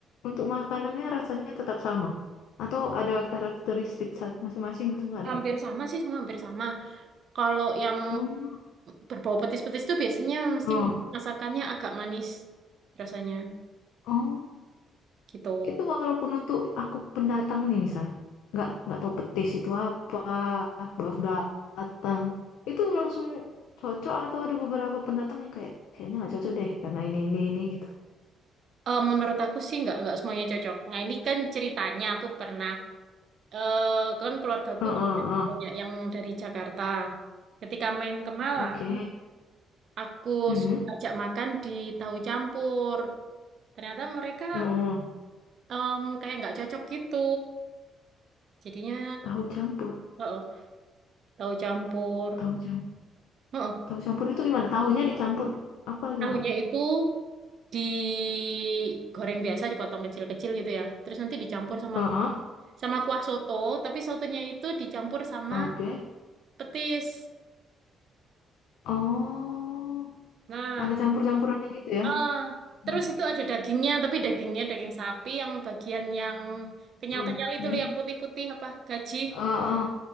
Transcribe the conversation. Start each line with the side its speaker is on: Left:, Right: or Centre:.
Left: untuk makanannya rasanya tetap sama, atau ada karakteristik saat masing-masing gitu nggak ada?
Right: Hampir sama sih, semua hampir sama. Kalau yang
Left: Hmm.
Right: berbau petis-petis itu biasanya mesti
Left: Oh,
Right: masakannya agak manis rasanya
Left: oh,
Right: gitu.
Left: itu walaupun untuk aku pendatang nih misal, nggak nggak tahu petis itu apa, baru datang, itu langsung cocok atau ada beberapa pendatang yang kayak kayaknya nggak cocok deh karena ini ini ini gitu.
Right: Eh, menurut aku sih nggak nggak semuanya cocok. Nah ini kan ceritanya aku pernah eh kan keluargaku
Left: Oh, oh,
Right: banyak
Left: oh.
Right: banyak yang dari Jakarta. Ketika main ke Malang,
Left: Oke.
Right: aku
Left: Hmm.
Right: ajak makan di tahu campur. Ternyata mereka
Left: Oh.
Right: em, kayak nggak cocok gitu. Jadinya
Left: Tahu campur,
Right: oh, tahu campur.
Left: tahu campur.
Right: oh
Left: Tahu campur itu gimana? Tahunya dicampur apa gimana?
Right: tahunya itu digoreng biasa, dipotong kecil-kecil gitu ya. Terus nanti dicampur sama
Left: Heeh,
Right: ku- sama kuah soto, tapi sotonya itu dicampur sama
Left: oke.
Right: petis.
Left: Oh,
Right: Nah,
Left: ada campur-campurannya gitu ya.
Right: ah, terus
Left: Oke.
Right: itu ada dagingnya, tapi dagingnya daging sapi yang bagian yang kenyal-kenyal
Left: Oke.
Right: itu loh, yang putih-putih apa gaji.
Left: Heeh,